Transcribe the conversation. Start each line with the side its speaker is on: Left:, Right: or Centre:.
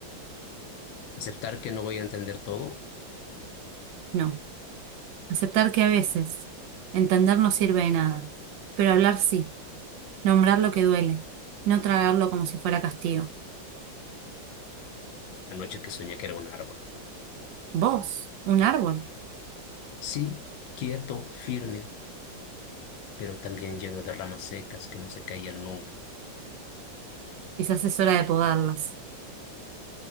Left: Aceptar que no voy a entender todo.
Right: No. Aceptar que a veces entender no sirve de nada. Pero hablar sí. Nombrar lo que duele. No tragarlo como si fuera castigo.
Left: La noche que soñé que era un árbol.
Right: Vos, un árbol.
Left: Sí, quieto, firme, pero también lleno de ramas secas que no se caían nunca.
Right: Quizás es hora de podarlas.